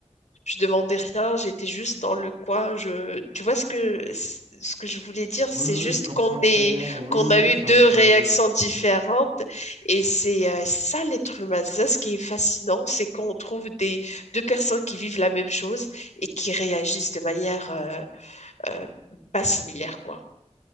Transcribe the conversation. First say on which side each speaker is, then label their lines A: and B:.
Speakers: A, on the left; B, on the right.
A: je demandais rien, j'étais juste dans le coin. Je, tu vois ce que ce que je voulais dire, c'est
B: Oui, oui,
A: juste
B: je comprends
A: qu'on
B: très
A: est
B: bien. Oui,
A: qu'on
B: oui,
A: a eu
B: oui, ça
A: deux
B: m'est
A: réactions
B: arrivé aussi.
A: différentes. Et c'est euh, ça l'être humain. C'est ça ce qui est fascinant, c'est qu'on trouve des, deux personnes qui vivent la même chose et qui réagissent de manière euh, euh, pas similaire, quoi.